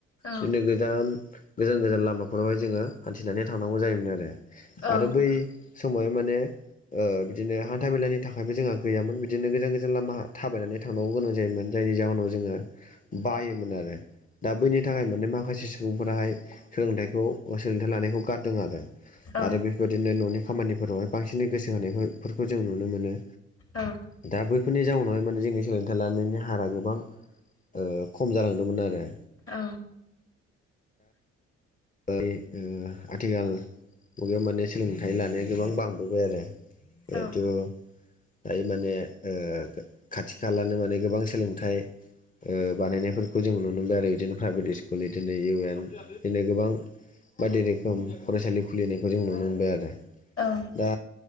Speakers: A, on the left; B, on the left.
A: औ
B: बिदिनो गोजान गोजान गोजान लामाफोरावहाय जोङो हान्थिनानै थांनांगौ जायोमोन आरो।
A: औ
B: आरो बै समावहाय माने बिदिनो हान्था मेलानि थाखायबो जोंहा गैयामोन बिदिनो गोजान गोजान लामा थाबायनानै थांनांगौ गोनां जायोमोन जायनि जाहोनाव जोङो बायोमोन आरो दा बैनि थाखाय माने मा माखासे सुबुंफोराहाय सोलोंथाइखौ ओ सोलोंथाइ लानायखौ गारदों आरो
A: औ
B: आरो बे बेदिनो न'नि खामानिफोरावहाय बांसिन गोसो होनायफोरखौ जों नुनो मोनो।
A: औ
B: दा बैफोरनि जाउनावहाय माने जोंनि सोलोंथाइ लानायनि हारा गोबां ओ खम जालांदोंमोन आरो।
A: औ
B: ओय ओ आथिखाल मुगायाव माने सोलोंथाइ लानाया गोबां बांबोबाय आरो। जिहेथु
A: औ
B: दायो माने ओ खाथि खालानो माने गोबां सोलोंथाइ ओ बानायनायफोरखौ जों नुनो मोनबाय आरो बिदिनो प्राइभेट स्कुल बिदिनो इउ एन बिदिनो गोबां। बायदि रोखोम फरायसालि खुलिनायखौ जों नुनो मोनबाय आरो।
A: औ
B: दा